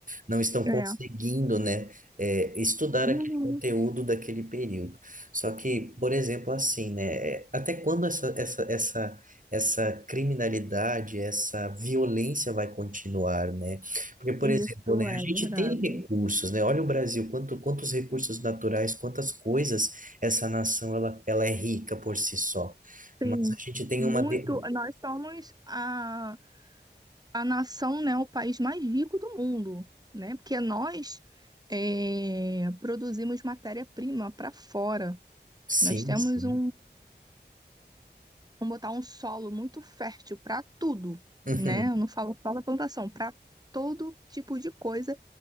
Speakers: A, on the right; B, on the right.
A: não estão conseguindo,
B: É.
A: né, é, estudar
B: Uhum.
A: conteúdo daquele período. Só que, por exemplo, assim, né? é, Até quando essa, essa, essa, essa criminalidade, essa violência vai continuar, né? Porque, por
B: Isso
A: exemplo, né, a
B: é
A: gente
B: verdade.
A: tem recursos, né? Olha o Brasil, quanto, quantos recursos naturais, quantas coisas essa nação ela, ela é rica por si só. Mas
B: Sim,
A: a gente tem
B: muito.
A: uma. De...
B: Nós somos a, a nação, né, o país mais rico do mundo, né? Porque nós é, produzimos matéria-prima para fora.
A: Sim,
B: Nós temos
A: sim.
B: um, vamos botar um solo muito fértil para tudo,
A: <laughs>
B: né? Eu não falo só da plantação, para todo tipo de coisa